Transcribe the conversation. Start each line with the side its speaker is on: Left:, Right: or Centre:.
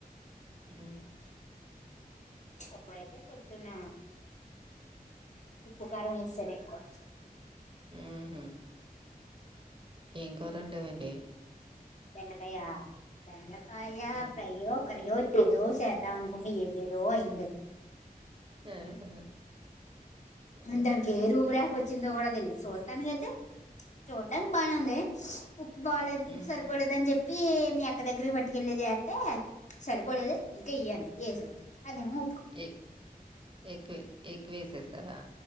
Right: మ్మ్
Left: ఇడైతే పొద్దున్న ఉప్పు కారం వేస్తనే ఎక్కువ
Right: హ్మ్ హు ఏం కూరా వండావేంటి
Left: బెండకాయ బెండకాయ
Right: హ్మ్.
Left: ఫ్రయ్యో కర్రీయో ఏదో సెత్తన్న చేద్దాం అనుకుంటే ఏదేదో అయ్యింది
Right: ఆహా! ఆ!
Left: దానికి ఏ రూపు రేఖ వచ్చిందో కూడా తెలిదు చూస్తానుకయితే చూడ్డానికి బానే ఉంది ఉప్పు బాగాలేదు
Right: హ్మ్.
Left: ఉప్పు సరి సరిపోలేదని చెప్పి మీ అక్క దగ్గర బట్టుకెళ్ళి చేస్తే సరిపోలేదు ఇంకా ఇయ్యండి ఏసి అదేమో
Right: ఎక్ ఎక్కువే ఎక్కువే వేసేస్సావా